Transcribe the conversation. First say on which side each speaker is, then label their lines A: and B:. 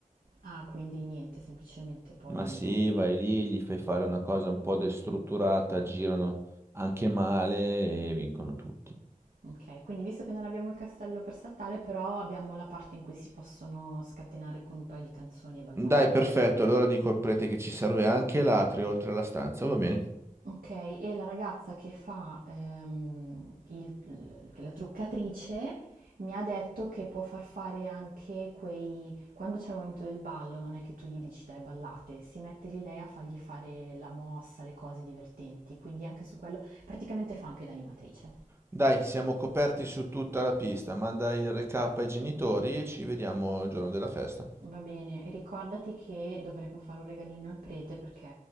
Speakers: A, on the right; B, on the right.
A: Ah, quindi niente, semplicemente poi...
B: Ma sì, vai lì, gli fai fare una cosa un po' destrutturata, girano anche male e vincono tutti.
A: Ok, quindi visto che non abbiamo il castello per saltare, però abbiamo la parte in cui si possono scatenare con un paio di canzoni e ballare.
B: Dai, perfetto, allora dico al prete che ci serve anche l'atrio oltre alla stanza, va bene?
A: Ok, e la ragazza che fa ehm, il- l- la truccatrice mi ha detto che può far fare anche quei... Quando c'è il momento del ballo, non è che tu gli dici dai ballate, si mette lì lei a fargli fare la mossa, le cose divertenti, quindi anche su quello praticamente fa anche da animatrice.
B: Dai, siamo coperti su tutta la pista, manda il recap ai genitori e ci vediamo il giorno della festa.
A: Va bene, e ricordati che dovremo fare un regalino al prete perché,